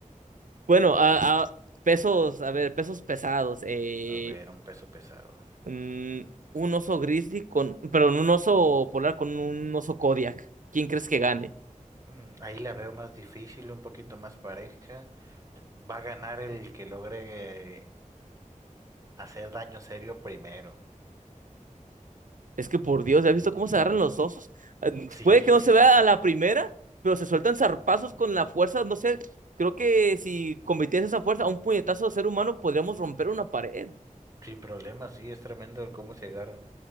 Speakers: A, on the right (about 70°); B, on the right (about 25°).
A: Bueno, a, a- pesos, a ver, pesos pesados. Eh,
B: A ver, un peso pesado.
A: mm, un oso grizzly con, perdón, un oso polar con un oso Kodiak. ¿Quién crees que gane?
B: Mm, ahí la veo más difícil, un poquito más pareja. Va a ganar el que logre eh, hacer daño serio primero.
A: Es que por Dios, ¿ya has visto cómo se agarran los osos? Eh,
B: Sí,
A: puede que no
B: sí,
A: se vea
B: sí.
A: a la primera, pero se sueltan zarpazos con la fuerza. No sé, creo que si convirtiese esa fuerza a un puñetazo de ser humano, podríamos romper una pared.
B: Sin problema, sí, es tremendo el cómo se agarran.